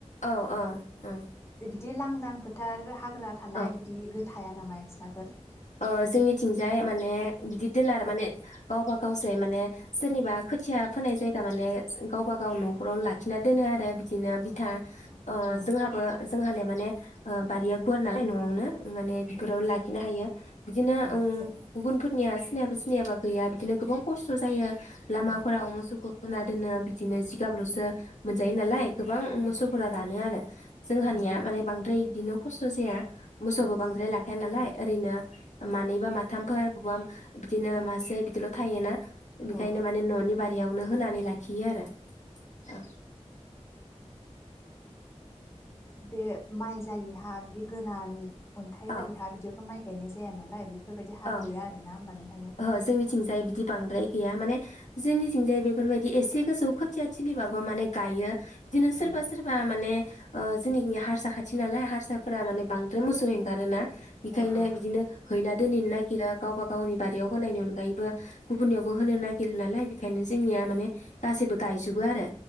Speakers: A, on the left; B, on the left.
A: औ औ औ।
B: दि लांदां फोथार हा फोरा थानाय
A: औ
B: बिदि गोथां हाया नामा एक्स दाफोर
A: ओ जोंनिथिंजाय माने बिदि दोनो आरो माने गावबा गावसै माने सोरनिबा खोथिया फोनाय जाय जा माने गावबा गाव न'खराव लाखिना दोनो आरो बिदिनो
B: अ
A: बिथा
B: अ
A: ओ
B: औ
A: जोंहाबो जों हाले ओ माने बारिया गुवार नालाय न'आवनो माने बेफोराव
B: औ
A: लाखिनो हायो। बिदिनो
B: औ
A: ओ
B: जेने
A: गुबुनफोर निया सिनियाबा सिनियाबा गैया बिदिनो गोबां खस्थ' जायो लामाफोराव
B: औ
A: मोसौखौ होना दोनो बिदिनो जि गाबलसो मोनजायो नालाय गोबां
B: औ
A: मोसौफोरा रानो आरो जोंहानिया
B: औ
A: माने बांद्राय दिनाव खस्थ' जाया मोसौबो
B: औ
A: बांद्राय
B: जेनेबा
A: लाखाया नालाय
B: औ
A: ओरैनो मानैबा माथामफोर बबा बिदिनो मासे बिदिल' थायोना बेखायनो
B: औ
A: माने न'नि बारियावनो होना <unintelligible> दि आरो औ
B: बेह माइ जायि हा बिदि गोरान अन्थाइ
A: औ
B: बालि हा बिदियावथ' माइ गायनाय जाया नालाय बि बेफोरबायदि हा
A: औ
B: गैया आरोना होमबा नों
A: ओहो जोंनिथिंजाय बिदि बांद्राय गैया माने जोंनिथिंजाय बेफोरबायदि एसे गोजौ खोथिया थिलिबाबो माने गायो। बिदिनो सोरबा
B: औ
A: सोरबा माने ओ जोंनिखि हारसा खाथि नालाय हारसाफोरा माने
B: औ
A: बांद्राय मोसौे हें आरो ना बेखायनो
B: औ औ
A: बिदिनो हैना दोनहैनो नागिरा गावबा गावनि बारि नायनि अनगायैबो गुबुननियावबो होनो नागिरो नालाय बेखायनो जोंनिया माने गासैबो गायजोबो आरो